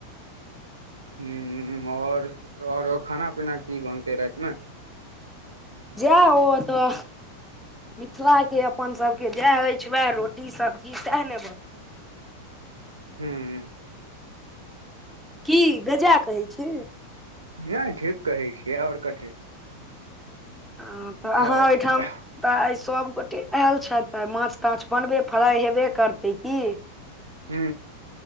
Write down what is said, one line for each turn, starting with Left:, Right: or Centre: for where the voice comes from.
Right: ह और ओर खाना पीना की बनते राति मे
Centre: जा ओ तऽ। मिथिला के अपन सबके जएह अछि वएह रोटी सब्जी सएह ने बन
Right: हूँ।
Centre: की बेजा कहै छी।
Right: नय ठीक कहै छियै ओर कथी।
Centre: ह तऽ अहाँ
Right: और
Centre: ओहिठाम
Right: ह
Centre: तऽ आइ सभ गोटे आयल छथि आइ माछ ताछ बनबे फ्राइ हेबे करतै की
Right: हू